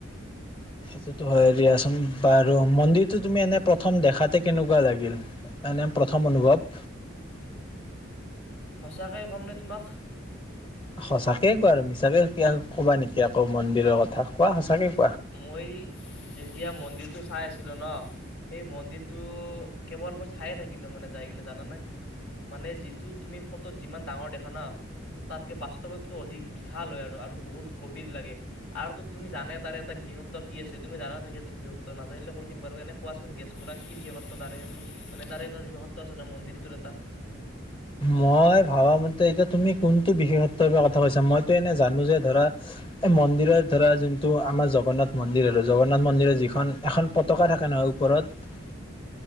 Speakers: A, on the left; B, on the left.
A: সেইটোতো হয় দিয়াচোন। বাৰু মন্দিৰটো তুমি এনে প্ৰথম দেখাতে কেনেকুৱা লাগিল, এনে প্ৰথম অনুভৱ?
B: সঁচাকয়ে ক'ম নে তোমাক?
A: সঁচাকে কোৱা আৰু মিছাকে কবা নেকি আকৌ মন্দিৰৰ কথা? কোৱা সঁচাকে ক
B: মই যেতিয়া মন্দিৰ টো চাই আছিলো ন, সেই মন্দিৰটো কেৱল মই চায়ে থাকিলো মানে যাই কিনে জানা নে? মানে যিটো তুমি ফটোত যিমান ডাঙৰ দেখা ন, তাতকে বাস্তৱতকৈ অধিক বিশাল হয় আৰু বহুত গভীৰ লাগে আৰু তুমি জানাই তাৰে বিশেষত্ব কি আছে তুমি জানা চাগে এইটো বিশেষত্ব, নাজানিলে কৈ দিম বাৰু। এনে কোৱাচোন গেছ কৰা কি বিশেষত্ব তাৰে এইটো, মানে তাৰে এটা বিশেষত্ব আছে নহয় মন্দিৰটোৰ এটা?
A: মই ভাবা মতে এতিয়া তুমি কোনটো বিশেষত্বৰ পৰা কথা কৈছা। মইতো এনে জানো যে ধৰা, এই মন্দিৰত ধৰা যোনটো আমাৰ জগন্নাথ মন্দিৰ আৰু জগন্নাথ মন্দিৰৰ যিখন এখন পতকা থাকে নহয় ওপৰত,